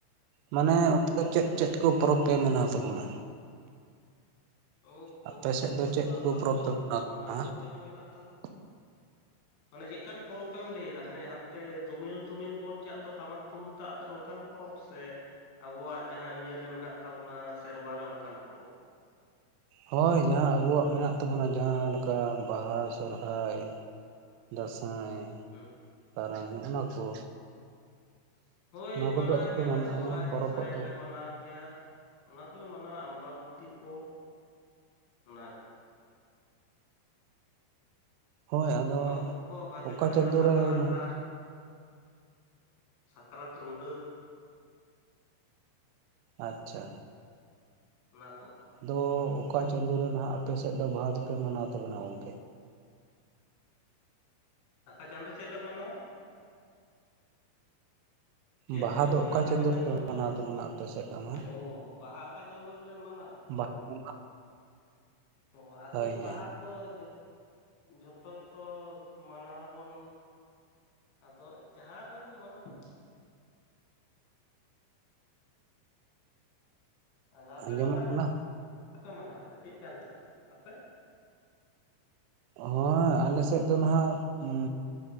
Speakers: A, on the right (about 80°); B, on the left (about 85°).
A: ᱢᱟᱱᱮ ᱚᱱᱛᱮ ᱫᱚ ᱪᱮᱫ ᱪᱮᱫ ᱠᱚ ᱯᱚᱨᱚᱵᱽ ᱯᱮ ᱢᱟᱱᱟᱣ ᱛᱟᱵᱚᱱᱟ?
B: ᱚ ᱯᱚᱨᱚᱵᱽ
A: ᱟᱯᱮ ᱥᱮᱫ ᱫᱚ ᱪᱮᱫ
B: ᱛᱚ ᱟᱫᱚ
A: ᱠᱚ
B: ᱟᱵᱚ
A: ᱯᱚᱨᱚᱵᱽ
B: ᱫᱚ
A: ᱯᱮ ᱢᱟᱱᱟᱣ
B: ᱪᱮᱫ ᱵᱚᱱ
A: ᱛᱟᱵᱚᱱᱟ
B: ᱢᱟᱱᱟᱣᱟ
A: ᱦᱟᱸᱜ?
B: ᱟᱵᱚ ᱡᱟᱦᱟᱸ ᱢᱮᱱᱟᱜ ᱛᱟᱵᱚ᱾
A: <inaudible>
B: ᱢᱟᱱᱮ ᱪᱮᱫᱠᱟᱱ ᱯᱚᱨᱚᱵᱽ ᱮᱢ ᱞᱟᱹᱭ ᱫᱟ? ᱦᱟᱱᱮ ᱦᱟᱱᱛᱮ ᱫᱚᱢᱮᱞ ᱫᱚᱢᱮᱞ ᱵᱚᱱ ᱪᱟᱜ ᱫᱚ ᱴᱟᱢᱟᱠ ᱛᱩᱢᱫᱟᱜ ᱟᱛᱮᱫ ᱚᱱᱠᱟᱱ ᱯᱚᱨᱚᱵᱽ ᱥᱮ ᱟᱵᱚᱣᱟᱜ ᱡᱟᱦᱟᱸ ᱤᱭᱟᱹ ᱨᱮ ᱢᱮᱱᱟᱜ ᱛᱟᱵᱚᱱᱟ ᱥᱮᱨᱣᱟ ᱨᱮ ᱚᱱᱠᱟᱱ ᱯᱚᱨᱚᱵᱽ?
A: ᱦᱳᱭ ᱡᱟᱦᱟᱸ ᱟᱵᱚᱣᱟᱜ ᱢᱮᱱᱟᱜ ᱛᱟᱵᱚᱱᱟ ᱡᱟᱦᱟᱸᱮ ᱞᱮᱠᱟ ᱵᱟᱦᱟ ᱥᱚᱨᱦᱟᱭ, ᱫᱟᱸᱥᱟᱭ,
B: ᱦᱩᱸ
A: ᱠᱟᱨᱟᱢ ᱦᱚᱸᱜᱼᱚ ᱱᱟ ᱠᱚ᱾
B: ᱦᱳᱭ
A: ᱱᱚᱣᱟ ᱠᱚᱫᱚ
B: ᱢᱟᱱᱟᱣ
A: ᱟᱯᱮ
B: ᱜᱮᱭᱟᱞᱮ ᱥᱚᱦᱨᱟᱭ
A: ᱯᱚᱨᱚᱵᱚᱜ
B: ᱫᱟᱸᱥᱟᱭ
A: ᱛᱟᱵᱚ
B: ᱞᱮ ᱢᱟᱱᱟᱣ ᱜᱮᱭᱟ, ᱚᱱᱟ ᱠᱚ ᱞᱮ ᱢᱟᱱᱟᱣᱟ ᱟᱢᱵᱟᱵᱚᱛᱤ ᱠᱚ, ᱚᱱᱟ
A: ᱦᱳᱭ ᱟᱫᱚ
B: ᱚᱱᱟ <inaudible> ᱠᱚ ᱵᱷᱟᱹᱜᱮ
A: ᱚᱠᱟ
B: ᱞᱮᱠᱟ
A: ᱪᱟᱸᱫᱳ
B: ᱥᱟᱠᱨᱟᱛ
A: ᱨᱮ ᱱᱟᱦᱟᱜ
B: ᱟᱨ ᱥᱟᱠᱨᱟᱛ, ᱨᱩᱸᱰᱟᱹ᱾
A: ᱟᱪᱪᱷᱟ᱾
B: ᱚᱱᱟ ᱠᱚ᱾
A: ᱟᱫᱚ
B: ᱦᱩᱸ
A: ᱚᱠᱟ ᱪᱟᱸᱫᱳ ᱨᱮ ᱱᱟᱦᱟᱜ ᱟᱯᱮ ᱥᱮᱫ ᱫᱚ ᱵᱟᱦᱟ ᱫᱚᱯᱮ ᱢᱟᱱᱟᱣ ᱛᱟᱵᱚᱱᱟ ᱜᱚᱝᱠᱮ?
B: ᱚᱠᱟ ᱪᱟᱸᱫᱚ ᱪᱮᱫ ᱞᱮ ᱢᱟᱱᱟᱣᱟ? ᱪᱮᱫ
A: ᱵᱟᱦᱟ
B: ᱞᱮ
A: ᱫᱚ
B: ᱢᱟᱱᱟᱣᱟ
A: ᱚᱠᱟ
B: ᱟᱠᱟ
A: ᱪᱟᱸᱫᱚ
B: ᱪᱟᱸᱫᱳ
A: ᱨᱮᱯᱮ
B: ᱨᱮ
A: ᱢᱟᱱᱟᱣ
B: ᱞᱟᱹᱭ
A: ᱛᱟᱵᱚᱱᱟ ᱟᱯᱮ ᱥᱮᱫ ᱫᱚ ᱱᱟᱦᱟᱜ?
B: ᱚ ᱵᱟᱦᱟ ᱚᱠᱟ ᱪᱟᱸᱫᱚ ᱨᱮ ᱞᱮ ᱢᱟᱱᱟᱣᱟ?
A: ᱵᱟᱦᱟ ᱵᱚᱸᱜᱟ
B: ᱚ ᱟᱫᱚ
A: ᱦᱳᱭ ᱦᱳᱭ
B: ᱵᱟᱦᱟ ᱛᱚ ᱡᱷᱚ ᱡᱷᱚᱛᱚ ᱜᱮᱛᱚ ᱢᱟᱱᱟᱣ ᱟᱵᱚᱱ ᱟᱫᱚ ᱡᱟᱸᱦᱮᱨ ᱨᱮᱵᱚᱱ ᱢᱟᱱᱟᱣᱟ᱾ ᱟᱫᱚ ᱟᱯᱮ
A: ᱟᱸᱡᱚᱢᱚᱜ
B: ᱫᱚ ᱚᱠᱟ ᱨᱮ
A: ᱠᱟᱱᱟ
B: ᱯᱮ ᱢᱟᱱᱟᱣᱟ ᱛᱮ, ᱪᱮᱫ ᱪᱟᱸᱫᱚ ᱨᱮ ᱟᱯᱮ?
A: ᱦᱳᱭ ᱟᱞᱮ ᱥᱮᱫ ᱫᱚ ᱱᱟᱦᱟᱜ ᱩᱸ᱾